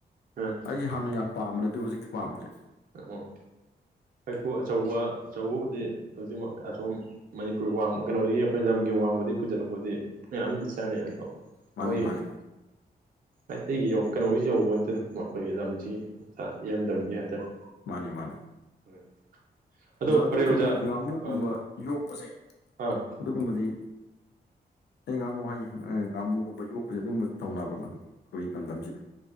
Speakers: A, on the right; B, on the left.
A: ꯑꯥ
B: ꯑꯩ ꯍꯥꯟꯅ ꯌꯥꯝ ꯄꯥꯝꯕꯅꯦ ꯑꯗꯨ ꯍꯧꯖꯤꯛꯇꯤ ꯄꯥꯝꯗ꯭ꯔꯦ
A: ꯑꯣ ꯍꯩꯈꯨ ꯑꯆꯧꯕ ꯑꯆꯧꯕꯕꯨꯗꯤ ꯍꯧꯖꯤꯛꯃꯛ ꯑꯁꯣꯝ ꯃꯅꯤꯄꯨꯔ ꯋꯥꯡꯃꯥ ꯀꯩꯅꯣꯗꯒꯤ ꯑꯩꯈꯣꯏ ꯂꯝꯒꯤ ꯋꯥꯡꯃꯗꯒꯤ ꯄꯨꯖꯤꯔꯛꯄꯗꯤ ꯃꯌꯥꯝꯗꯤ ꯆꯥꯅꯩ ꯑꯗꯣ ꯑꯩꯈꯣꯏ
B: ꯃꯥꯅꯦ ꯃꯥꯅꯦ
A: ꯃꯩꯇꯩꯒꯤ ꯀꯩꯅꯣꯁꯤ ꯌꯧꯄ‌ꯣꯟꯇ‌ꯦꯗ ꯑꯩꯈꯣꯏꯒꯤ ꯂꯝꯁꯤꯒꯤ ꯏꯔꯝꯗꯝꯒꯤ ꯍꯥꯏꯇꯥꯔꯦ
B: ꯃꯥꯅ‌ꯦ ꯃꯥꯅꯦ
A: ꯍꯣꯏ ꯑꯗꯣ
B: ꯑꯣꯖꯥꯗꯨ
A: ꯐꯔꯦ
B: ꯀꯩꯅꯣ
A: ꯑꯣꯖꯥ
B: ꯉꯥꯃꯨꯀꯨꯝꯕ
A: ꯑꯥ
B: ꯌꯣꯛꯄꯁꯦ
A: ꯑꯥ
B: ꯑꯗꯨꯒꯨꯝꯕꯗꯤ ꯑꯦ ꯉꯥꯅꯨ ꯍꯥꯏꯌꯦ ꯉꯥꯃꯨꯒꯨꯝꯕ ꯌꯣꯛꯄꯁꯦ ꯑꯗꯨꯝꯕ ꯇꯧꯅꯕ꯭ꯔꯃꯅꯤ ꯑꯩꯈꯣꯏꯒꯤ ꯂꯝꯗꯝꯁꯤꯗ